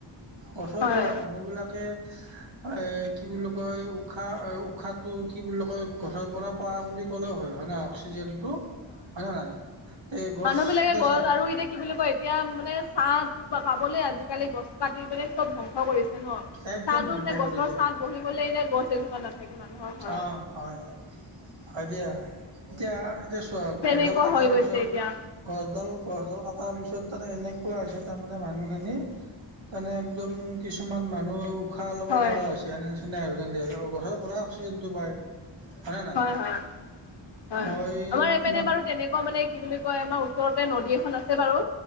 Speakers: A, on the right; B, on the left.
A: গছৰ
B: হয়
A: পৰা মানুহ বিলাকে এ, কি বুলি কয়। উশাহটো কি বুলি কয় গছৰ পৰা পা বুলি ক'লেও হয় হয়ে নে অক্সিজেন। হয় না নাই। এই গছ
B: মানুহ বিলাকে
A: এতিয়া
B: গছ
A: চাওক
B: আৰু এতিয়া কি বুলি কয় এতিয়া মানে চাহ পাবলৈ আজিকালি গছ কাটিপেলে চব ধ্বংস কৰিছে।
A: একদম
B: চা টোহ
A: ধ্বংস
B: মানে
A: কৰিছে
B: গছৰ ছাঁত বহিবলে এনে গছ এজোপা নাথাকে। মানুহৰ ঘৰত।
A: অ, হয়, হয় দিয়া এতিয়া, এতিয়া গছডাল
B: তেনেকুৱা
A: কটাৰ
B: হৈ গৈছে
A: পিছত
B: এতিয়া।
A: গছডাল, গছডাল কটাৰ পিছত তেনে এনেকুৱা হৈছে। তাৰ মানে মানুহ খিনি তানে একদম কিছুমান মানুহ উশাহ ল'ব
B: হয়।
A: নোৱাৰা হৈছে। এনে আৰু যেনে গছৰ পৰা অক্সিজেন টো পায়। নে নাই
B: হয়, হয়। হয়
A: মই
B: আমাৰ এপিনে
A: তোমাক
B: বাৰু তেনেকুৱা মানে কি বুলি কয় আমাৰ ওচৰতে নদী এখন আছে বাৰু।